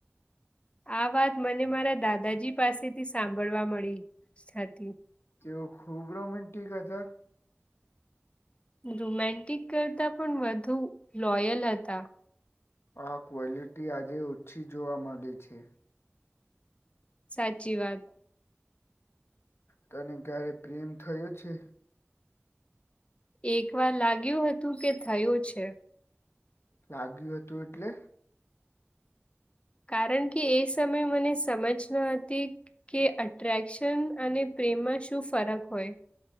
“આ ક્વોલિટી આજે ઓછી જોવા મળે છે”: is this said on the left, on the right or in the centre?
Left